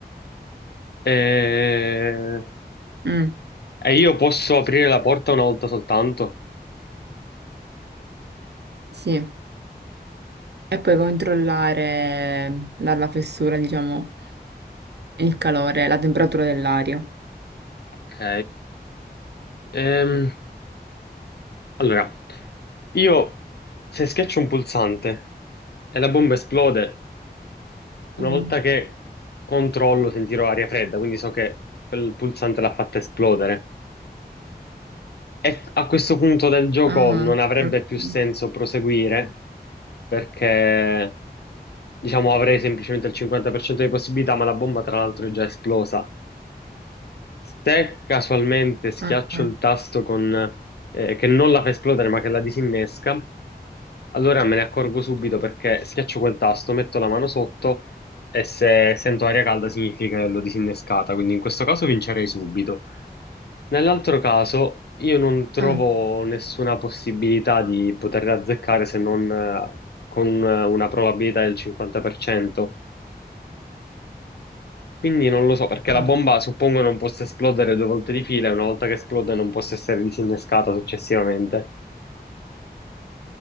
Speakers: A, on the left; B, on the right.
A: Eh,
B: mm,
A: E io posso aprire la porta una volta soltanto.
B: Sì. E poi controllare mm, dalla fessura, diciamo, il calore, la temperatura dell'aria.
A: Ok. Ehm, allora, io se schiaccio un pulsante e la bomba esplode, una
B: Mhm,
A: volta che controllo sentirò aria fredda, quindi so che quel pulsante l'ha fatta esplodere. E a questo punto del gioco
B: mhm,
A: non avrebbe
B: mhm,
A: più senso proseguire perché, diciamo, avrei semplicemente il 50% di possibilità, ma la bomba tra l'altro è già esplosa. Se casualmente schiaccio
B: mhm,
A: il tasto con, eh, che non la fa esplodere ma che la disinnesca, allora me ne accorgo subito perché schiaccio quel tasto, metto la mano sotto e se sento aria calda significa che l'ho disinnescata, quindi in questo caso vincerei subito. Nell'altro caso io non trovo
B: mhm,
A: nessuna possibilità di poter azzeccare se non eh, con eh, una probabilità del 50%. Quindi non lo so, perché la
B: mhm.
A: bomba suppongo non possa esplodere due volte di fila e una volta che esplode non possa essere disinnescata successivamente.